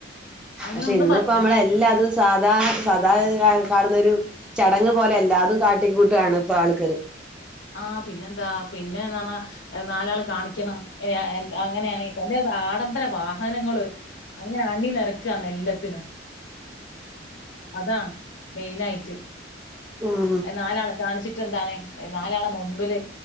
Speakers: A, on the left; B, in the centre.
A: അങ്ങനെ
B: പക്ഷെ
A: ഒന്നും
B: ഇന്നപ്പോ
A: പറഞ്ഞു
B: നമ്മള
A: പക്ഷെ ഈ-
B: എല്ലാതും സാദാ സാദാ കാണുന്ന ഒരു ചടങ്ങ് പോലെ എല്ലാതും കാട്ടിക്കൂട്ടാണ് ഇപ്പൊ ആള്ക്കള്
A: ആഹ് പിന്നെന്താ പിന്നെന്നർഞ നാലാള് കാണിക്കണം എ എ എൻ അങ്ങനെയാണ് <unintelligible> ആഡംബര വാഹനങ്ങള് അങ്ങനെ അണ്ണി നിറക്ക ന്ന് എല്ലത്തിനും അതാ മെയിൻ ആയിട്ട്
B: ഉം
A: നാലാളെ കാണിച്ചിട്ട് എന്താണ് നാലാളെ മുമ്പില്